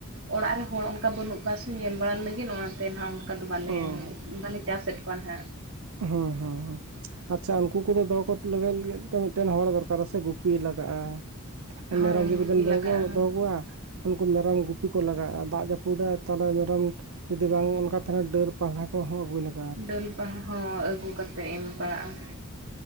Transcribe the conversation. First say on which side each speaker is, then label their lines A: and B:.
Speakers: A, on the right; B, on the right.
A: ᱚᱲᱟᱜ ᱨᱮ ᱦᱚᱲ ᱚᱱᱠᱟ ᱵᱟᱹᱱᱩᱜ ᱠᱚᱣᱟ ᱥᱮ ᱧᱮᱞ ᱵᱟᱲᱟ ᱞᱟᱹᱜᱤᱫ ᱚᱱᱟᱛᱮ ᱱᱟᱦᱟᱜᱺ ᱚᱱᱠᱟ ᱫᱚ ᱵᱟᱞᱮ
B: ᱦᱩᱸ
A: ᱵᱟᱞᱮ ᱪᱟᱥᱮᱫ ᱠᱚᱣᱟ ᱦᱟᱜ᱾
B: ᱦᱩᱸ ᱦᱩᱸ ᱟᱪᱪᱷᱟ ᱩᱱᱠᱩ ᱠᱚᱫᱚ ᱫᱚᱦᱚ ᱠᱚ ᱞᱟᱹᱜᱤᱫ ᱞᱟᱹᱜᱤᱫ ᱢᱤᱫᱴᱮᱱ ᱦᱚᱲ ᱫᱚᱨᱠᱟᱨ ᱥᱮ ᱜᱩᱯᱤ ᱞᱟᱜᱟᱜᱼᱟᱺ
A: ᱦᱚᱸ
B: ᱢᱮᱨᱚᱢ ᱡᱩᱫᱤ
A: ᱜᱩᱯᱤ
B: ᱵᱮᱱ ᱫᱚᱦᱚ
A: ᱞᱟᱜᱟᱜᱼᱟ
B: ᱫᱚᱦᱚ ᱠᱚᱣᱟ ᱩᱱᱠᱩ ᱢᱮᱨᱚᱢ ᱜᱩᱯᱤ ᱠᱚ ᱞᱟᱜᱟᱜᱼᱟ ᱫᱟᱜ ᱡᱟᱹᱯᱩᱫᱟᱭ ᱛᱟᱦᱚᱞᱮ ᱢᱮᱨᱚᱢ ᱡᱩᱫᱤ ᱵᱟᱝ ᱚᱱᱠᱟ ᱛᱟᱦᱮᱱᱟ ᱰᱟᱹᱨ ᱯᱟᱞᱦᱟ ᱠᱚᱦᱚᱸ ᱟᱹᱜᱩᱭᱮᱟᱜ
A: ᱰᱟᱹᱞ ᱵᱟᱦᱟ ᱦᱚᱸ ᱟᱹᱜᱩ ᱠᱟᱛᱮᱫ ᱮᱢ ᱯᱟᱲᱟᱜᱼᱟ᱾